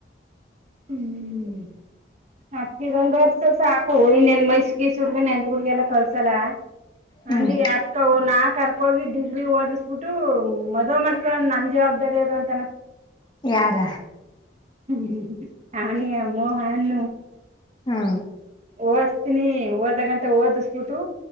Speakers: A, on the right; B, on the left.
A: ಹ್ಮ್ ಮತ್ತ ಇದೊಂದ್ ವರ್ಷ ಸಾಕು ಇ ನೆನ್ ಮೈಸಿಗೆಸುರ್ಗ ನೆಂದ ಗುಡ್ಗೆ ಎಲ್ಲ ಕಳ್ಸಲ್ಲ
B: ಹ್ಮ್
A: ಅಂದ. ನಾ ಕರ್ಕೋಗಿ ಡಿಗ್ರಿ ಓದಿಸ್ಬಿಟ್ಟು ಮದ್ ಮಾಡ್ಕೊಂಡ್ ನನ್ ಜವಾಬ್ದಾರಿ ಅದ ಅಂತನ
B: ಯಾರ
A: ಹ್ಮ ಅವಣಿಯ ಮೋಹನ್
B: ಹಾ.
A: ಓದ್ತೀನಿ ಓದ ಗಂಟೆ ಓದಿಸ್ಬಿಟ್ಟು.